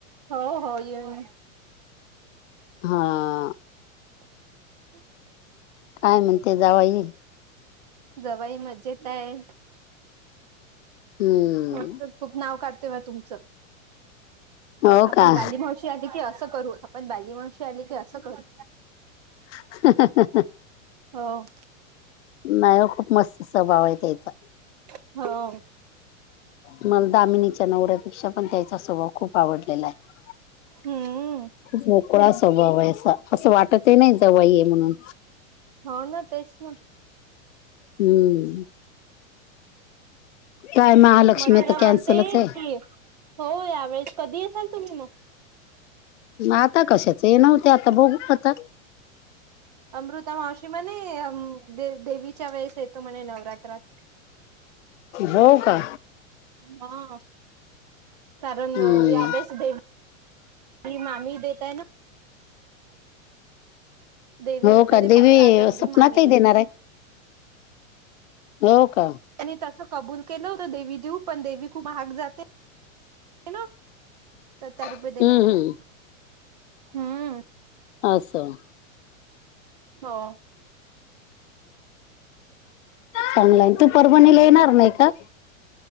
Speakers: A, on the right; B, on the left.
A: होव होव येऊन
B: हां
A: <unintelligible>
B: कायं म्हणते जावांई
A: जवाई मजेतं आहे
B: हम्म
A: मस्तं खूंप नांव काढते बाॅ तुमचं
B: हो
A: आपणं
B: का
A: बांदी मावशी आली की असं करूं पण बाजी माणशी आली की असं करू
B: ह
A: हो.
B: नाही हो खूप मस्त स्वभाव आहे त्याचा.
A: हा.
B: मला दामिनीच्या नवऱ्यापेक्षा पण त्याचा स्वभाव खूप आवडलेला आहे.
A: हम्म!
B: मोकळा स्वभाव आहे असं वाटत ते नाही जाव ये म्हणून
A: हो ना तेच ना
B: हम्म काय महालक्ष्मी
A: मधुरा
B: आता
A: म्हणते
B: कॅन्सलच आहे
A: की हो यावेेळेस कधी येसाल तुम्ही मग
B: आता कशाच हे नव्हते आता बघ आता
A: ह अमृता मावशी म्हणे देवीच्या वेळेस येतो म्हणे नवरात्रात
B: हो का
A: हा काररण
B: हम्म
A: व्याभ्यास दे ही मामी देतय ना देवी
B: हो
A: मध्ये
B: का देवी
A: पंधरा हजार रुपये
B: स्वपनातही
A: मामी देतय
B: देणार आहे नव का
A: आणि तस कबूल केलं होतं देवी देऊ पण देवी खूप हहाग जाते न सत रुपये
B: हम्म
A: देणार
B: हम्म
A: आहे हम्म
B: अससं
A: हो
B: चांगला तू परवाणीला येणार नाही का